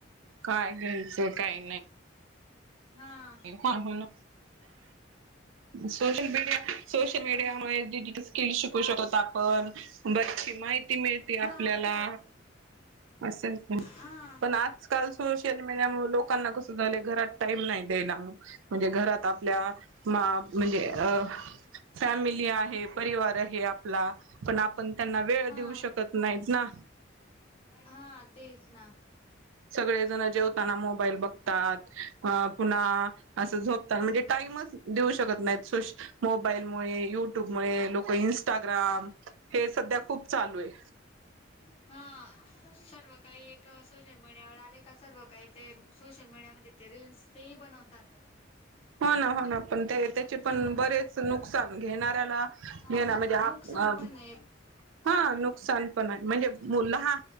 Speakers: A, on the right (about 80°); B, on the left (about 30°).
A: काय घ्यायचं काय
B: हा.
A: हा हा ना, सोशल मीडिया सोशल मीडियामुळे
B: तर
A: डिजिटल स्किल शिकू शकत आपण बरीचशी माहि ती मिळते
B: हा
A: आपल्याला
B: सर्व
A: असं
B: हा
A: पण आ आजकाल सोशल मीडिया मुळ लोकांना कसं झालंय घरात टाईम नाही द्यायला म्हणजे घरात आप ल्या मा म्हणजे फॅमिली आहे परिवार हे आपला पण आपण त्यांना वेळ
B: हा
A: देऊ शकत नाहीत ना.
B: हा तेच ना.
A: सगळेजणं जेवताना मोबाईल बघतात अ पुन्हा असं झोपतानं म्हणजे टाईमच देऊ शकत नाही सोश मोबाईल मुळे, युट्यूबमुळे लोक इंस्टाग्राम हे सध्या खूप चालू आहे.
B: हा सर्व काही एक सोशल मीडियावर आले का सर्व काही ते सोशल मीडियामध्ये ते रील्स तेही बनवतात.
A: हो ना हो ना. पण ते त्याचे
B: हम्म
A: पण बरेच नुकसान घेणाऱ्याला घे
B: न-
A: ना म्हणजे आप
B: नुकसान पण आहे
A: हा नुकसान पण आहे म्हणजे मुलं हा